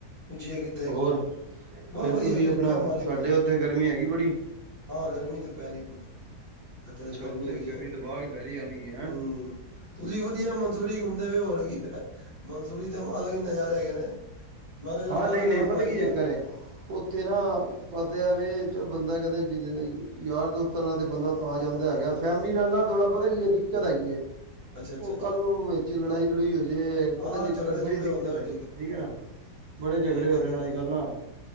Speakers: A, on the left; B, on the right.
A: ਪੁੱਛੀਏ ਕਿ
B: ਹੋਰ
A: ਬਹੁਤ
B: ਫੇਰ
A: ਵਧੀਆ
B: ਤੁਸੀਂ
A: ਕਿਰਪਾ
B: ਆਪਣਾ
A: ਹ ਮਾਲਿਕ
B: ਤੁਹਾਡੇ
A: ਦੀ,
B: ਉੱਥੇ ਗਰਮੀ ਹੈਗੀ ਬੜੀ
A: ਹਾਂ ਗਰਮੀ ਤੇ ਪੈ ਰਹੀ ਫੁੱਲ ਇਥੇ
B: ਅੱਛਾ
A: ਤੇ ਗਰਮੀ
B: ਉੱਥੇ ਵੀ
A: ਹੈਗੀ ਆ,
B: ਦਬਾ ਕੇ ਪੈ ਰਹੀ ਆਣੀ ਕਿ ਹੈਂ
A: ਹਮ ਤੁਸੀਂ ਵਧੀਆ ਮਨਸੂਰੀ ਘੁੰਮਦੇ ਹੋਏ ਹੋਰਕੀ ਮਨਸੂਰੀ ਦੇ ਅਲੱਗ ਹੀ ਨਜ਼ਾਰੇ ਹੈਗੇ ਨੇ ਮੈਂ ਕਿਹਾ ਚੱਲ
B: ਹਾਂ
A: ਗੱਲ
B: ਨਹੀਂ
A: ਕਰਾਂ
B: ਨਹੀਂ ਪਤਾ
A: ਭਾਜੀ
B: ਕੀ
A: ਨਾਲ
B: ਚੱਕਰ ਏ- ਉੱਥੇ ਨਾ ਪਤਾ ਇਹ ਵੈ, ਜੇ ਬੰਦਾ ਕਹਿੰਦਾ ਜਿੰ ਯਾਰ ਦੋਸਤਾਂ ਨਾਲ ਤੇ ਬੰਦਾ ਤਾਂ ਜਾਂਦਾ ਹੈਗਾ, ਫੈਮਿਲੀ ਨਾਲ ਥੋੜ੍ਹਾ ਪਤਾ ਕੀ ਹੈ ਦਿੱਕਤ ਹੈਗੀ ਹੈ।
A: ਅੱਛਾ ਅੱਛਾ
B: ਉਹ
A: ਅੱਛਾ
B: ਕੱਲ ਨੂੰ ਵਿੱਚ ਲੜਾਈ ਲੜੂਈ ਹੋਜੇ ਪਤਾ
A: ਹਾਂ
B: ਜੇ
A: ਝਗੜੇ ਝੁਗੜੇ
B: ਬੜੀ
A: ਹੁੰਦੇ
B: ਦਿੱਕਤ ਹੈਗੀ,
A: ਨੇ
B: ਠੀਕ ਹੈ ਨਾ ਬੜੇ ਝਗੜੇ
A: ਠੀਕ
B: ਹੋ
A: ਕਹਿੰਦੇ
B: ਰਹੇ ਨੇ
A: ਪਏ
B: ਅੱਜ ਕੱਲ੍ਹ ਨਾ